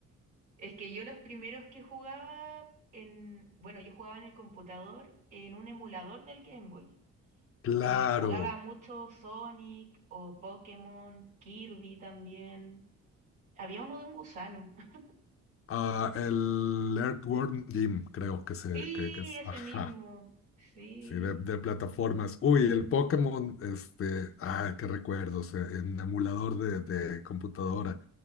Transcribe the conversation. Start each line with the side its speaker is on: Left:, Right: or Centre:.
Right: Es que yo los primeros que jugaba en, bueno, yo jugaba en el computador en un emulador del Game Boy
Left: Claro,
Right: y jugaba mucho Sonic o Pokémon, Kirby también. Había uno de un gusano. <laughs>
Left: Ah, el Earthworm Jim, creo que se,
Right: Sí,
Left: que, que es,
Right: ese
Left: ajá,
Right: mismo. Sí.
Left: sí, de, de plataformas. Uy, el Pokémon, este, ah, qué recuerdos, eh, en emulador de, de computadora.